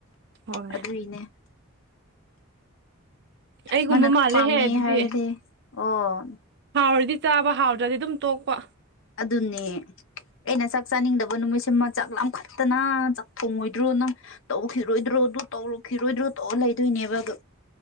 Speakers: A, on the right (about 55°); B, on the left (about 65°).
A: ꯍꯥꯏ
B: ꯑꯗꯨꯒꯤꯅꯦ
A: ꯑꯩꯒꯨꯝꯕ
B: ꯃꯥꯅ
A: ꯃꯥꯜꯂꯦꯍꯦ
B: ꯄꯥꯝꯃꯦ
A: ꯑꯗꯨꯗꯤ
B: ꯍꯥꯏꯔꯗꯤ ꯑꯣ
A: ꯍꯥꯎꯔꯗꯤ ꯆꯥꯕ ꯍꯥꯎꯗ꯭ꯔꯗꯤ ꯑꯗꯨꯝ ꯇꯣꯛꯄ
B: ꯑꯗꯨꯅꯦ ꯑꯩꯅ ꯆꯥꯛ ꯆꯥꯅꯤꯡꯗꯕ ꯅꯨꯃꯤꯠꯁꯤꯃ ꯆꯥꯛ ꯂꯥꯝꯈꯠꯇꯅ ꯆꯥꯛ ꯊꯣꯡꯉꯣꯏꯗ꯭ꯔꯣ ꯅꯪ ꯇꯧꯈꯤꯔꯣꯏꯗ꯭ꯔꯣ ꯑꯗꯨ ꯇꯧꯔꯛꯈꯤꯔꯣꯏꯗ꯭ꯔꯣ ꯇꯧꯔ ꯂꯩꯗꯣꯏꯅꯦꯕ ꯑꯗꯣ